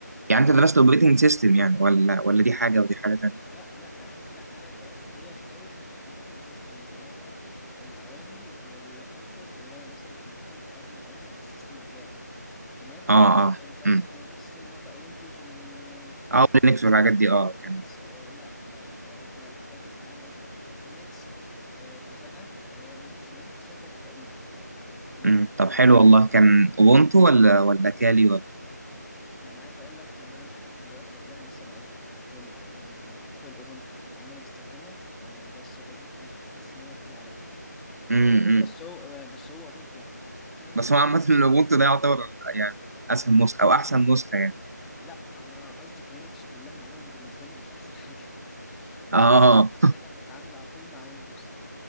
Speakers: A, on the right; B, in the centre.
A: يعني انت درست اوبريتنج سيستم يعني ولا
B: بالظبط
A: ولا دي حاجه ودي حاجه تانية
B: لا لا احنا لا انا درست ريال تايم اوبريتنج سيستم اللي هو العوامل والفاكتورز اللي انا مثلا المفروض ابني عليها السيستم بتاعي تمام
A: اه اه
B: انت قصدك
A: امم
B: الاوبريتنج سيستم اللي هو بقى ويندوز و
A: اه لينكس والحاجات دي اه
B: لينكس
A: كان
B: لا لا لا احنا الحاجات دي انا مثلا اخدت لينكس في سنه آه، من السنين في سنه ثالثه تقريبا تمام
A: امم طب حلو والله كان اوبونتو ولا ولا كالي ولا
B: انا عايز اقول لك ان انا لحد دلوقتي والله لسه ضعيف في ال- آه، في الاوبونتو مع ان انا بستخدمه آه، بس الاوبونتو مش عارف حاسس ان هو تقيل عليا
A: امم
B: آه، بس هو آه، بس هو اوبونتو يعني عشان انا
A: بس
B: اصلا
A: هو عامه الاوبونتو ده يعتبر يعني اسهل نسخه او احسن نسخه يعني
B: لا انا قصدي كلينكس كلها عموما بالنسبه لي مش احسن حاجه <laughs> عشان
A: اه
B: عشان انا بتعامل على طول مع ويندوز